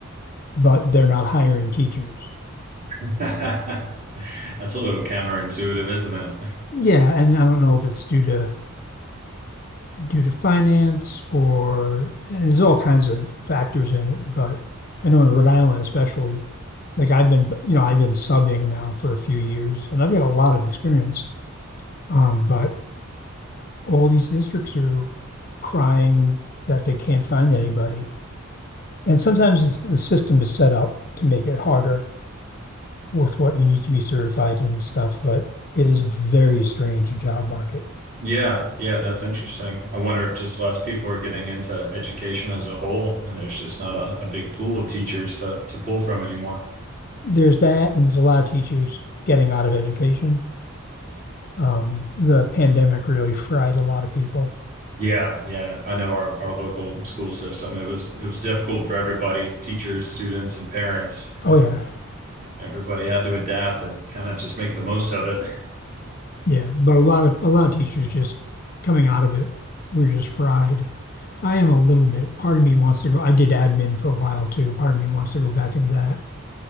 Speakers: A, on the left; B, on the right.
A: but they're not hiring teachers.
B: <laughs> That's a little counterintuitive, isn't it?
A: Yeah, and I don't know if it's due to due to finance or and there's all kinds of factors in it, but I know in Rhode Island especially, like I've been, you know, I've been subbing now for a few years and I've got a lot of experience. Um, but all these districts are crying that they can't find anybody. And sometimes it's the system is set up to make it harder with what you need to be certified and stuff, but it is very strange job market.
B: Yeah, yeah, that's interesting. I wonder if just less people are getting into education as a whole, and there's just not a, a big pool of teachers to to pull from anymore.
A: there's that, and there's a lot of teachers getting out of education. Um, the pandemic really fried a lot of people.
B: Yeah, yeah. I know our, our local school system. It was it was difficult for everybody, teachers, students, and parents. It
A: Oh
B: was
A: yeah,
B: everybody had to adapt and kind of just make the most of it.
A: yeah. But a lot of a lot of teachers just coming out of it were just fried. I am a little bit. Part of me wants to go. I did admin for a while too. Part of me wants to go back into that.